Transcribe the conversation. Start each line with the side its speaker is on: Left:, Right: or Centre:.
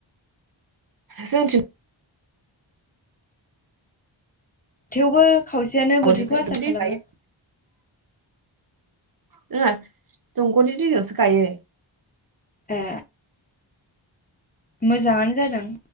Right: जोंथिं
Left: थेवबो खावसेयानो
Right: दंग'निफ्राय
Left: बोथोरखौ आसा खालामो
Right: दै गायो जोंहा दंगनि दैजोंसो गायो।
Left: ए मोजाङानो जादों